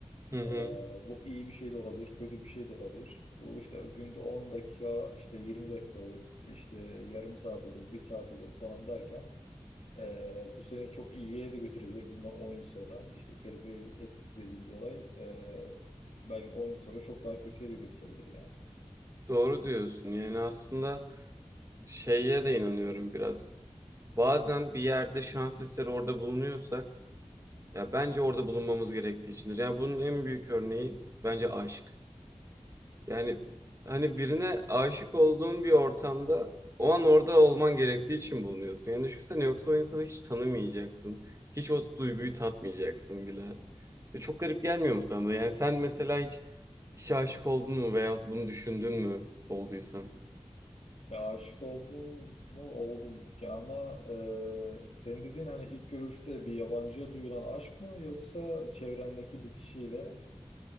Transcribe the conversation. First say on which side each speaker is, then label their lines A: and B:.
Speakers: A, on the right; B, on the left.
A: Hı
B: Ee,
A: hı.
B: bu iyi bir şey de olabilir, kötü bir şey de olabilir. Bu işte günde 10 dakika, işte 20 dakika olur, işte yarım saat olur, bir saat olur falan derken ee, bu sene çok iyiye de götürebilir. Bundan 10 yıl sonra. işte kelebek etkisi dediğimiz olay e, belki de 10 yıl sonra çok daha kötüye de götürebilir yani.
A: Doğru diyorsun. Yani aslında şeye de inanıyorum biraz. Bazen bir yerde şans eseri orada bulunuyorsak ya bence orada bulunmamız gerektiği içindir. Yani bunun en büyük örneği bence aşk. Yani hani birine aşık olduğun bir ortamda o an orada olman gerektiği için bulunuyorsun. Yani düşünsene yoksa o insanı hiç tanımayacaksın. Hiç o duyguyu tatmayacaksın bile. Ve çok garip gelmiyor mu sana da? Yani sen mesela hiç işe aşık oldun mu veyahut bunu düşündün mü olduysan?
B: Ya aşık oldum mu? Oldum. Ya ama e, senin dediğin hani ilk görüşte bir yabancıya duyulan aşk mı yoksa çevrendeki bir kişiyle